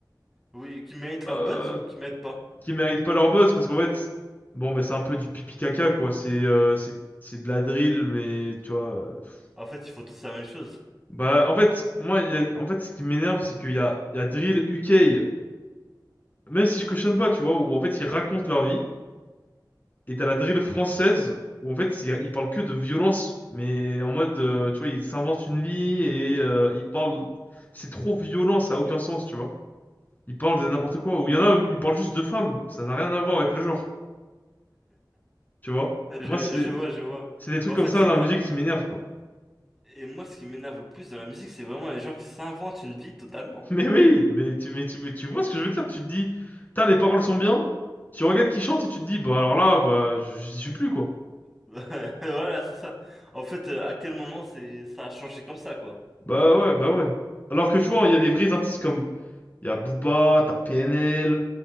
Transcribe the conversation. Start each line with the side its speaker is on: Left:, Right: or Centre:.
Centre: Oui, qui méritent leur
Left: euh,
Centre: buzz ou qui méritent pas?
Left: qui méritent pas leur buzz parce qu'en fait, bon, bah, c'est un peu du pipi caca, quoi. C'est euh, c'est c'est de la drill, mais tu vois. euh, pff.
Centre: En fait, ils font tous la même chose.
Left: Bah, en fait, moi, il y a- en fait, ce qui m'énerve, c'est qu'il y a, il y a drill UK, même si je cautionne pas, tu vois, où en fait, ils racontent leur vie. Et t'as la drill française où en fait il il parle que de violence, mais en mode euh, tu vois il s'invente une vie et euh, il parle, c'est trop violent, ça a aucun sens, tu vois. Il parle de n'importe quoi. Ou il y en a, il parle juste de femmes, ça n'a rien à voir avec le genre, tu vois.
Centre: Euh,
Left: Moi
Centre: Je,
Left: c'est
Centre: je vois, je vois.
Left: c'est des trucs
Centre: Mais en
Left: comme
Centre: fait,
Left: ça
Centre: c'est
Left: dans
Centre: pas
Left: la musique qui m'énervent quoi.
Centre: et moi ce qui m'énerve le plus dans la musique, c'est vraiment les gens qui s'inventent une vie totalement.
Left: <laughs> Mais oui, mais tu mais tu, tu vois ce que je veux dire? Tu te dis, putain les paroles sont bien. Tu regardes qui chante et tu te dis bah alors là bah j'y suis plus quoi.
Centre: <laughs> Voilà, c'est ça. En fait, euh, à quel moment c'est ça a changé comme ça, quoi.
Left: Bah ouais bah ouais. Alors que tu vois il y a des vrais artistes comme Il y a Booba, t'as PNL,